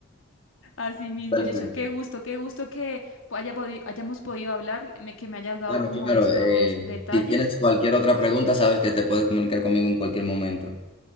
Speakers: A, on the left (about 80°); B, on the left (about 25°).
A: Así mismo,
B: Totalmente.
A: Yocho, qué gusto, qué gusto que po- haya podi- hayamos podido hablar, me- que me hayas dado
B: Claro,
A: como
B: claro.
A: estos
B: eh,
A: detalles.
B: si tienes cualquier otra pregunta, sabes que te puedes comunicar conmigo en cualquier momento.